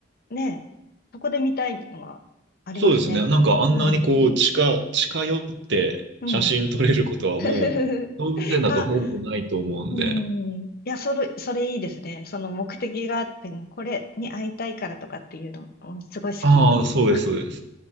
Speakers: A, on the left; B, on the right.
A: ね、そこで見たいっていうのはありますね。
B: そうですね。なんかあんなにこう近、
A: うん。
B: 近寄って写真撮れることはもう動物園だとほぼないと思うんで。
A: うん。<laughs> か、うん。いや、それ、それいいですね。その目的があって、もうこれに会いたいからとかっていうの、すごい好き、
B: ああ、
A: そういう
B: そうです、そうです。